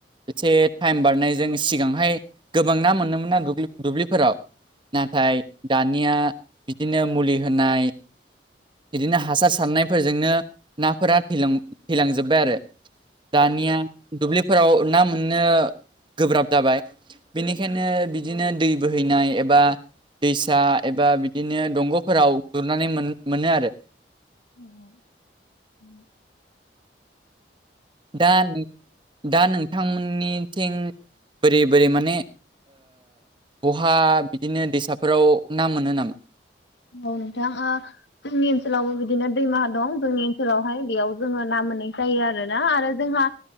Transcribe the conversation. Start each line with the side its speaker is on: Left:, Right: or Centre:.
Right: एसे टाइम बारनायजों सिगांहाय गोबां ना मोनोमोन ना दुब्लिफोराव नाथाय दानिया बिदिनो मुलि होनाय बिदिनो हासार सारनायफोरजोंनो नाफोरा थ थैलांजोब्बाय आरो दानिया दुब्लिफोराव ना मोननो गोब्राब जाबाय। बेनिखायनो बिदिनो दै बोहैनाय एबा। दैसा एबा बिदिनो दंग'फोराव गुरनानै मोनो आरो
Left: अ
Right: दा दा नोंथांमोननिथिं बोरै बोरै माने बहा बिदिनो दैसाफोराव ना मोनो नामा।
Left: औ नोंथां ओ जोंनि ओनसोलावबो बिदिनो दैमाहा दं जोंनि ओनसोलावहाय बेयाव जोङो ना मोननाय जायो आरोना आरो जोंहा।